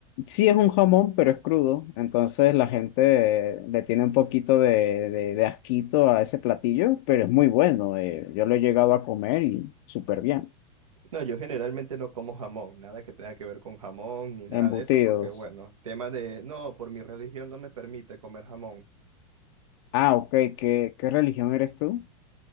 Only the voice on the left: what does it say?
Sí es un jamón, pero es crudo, entonces la gente eh, le tiene un poquito de, de, de asquito a ese platillo, pero es muy bueno. eh, Yo lo he llegado a comer y súper bien.
Embutidos.
Ah, ok, ¿qué, qué religión eres tú?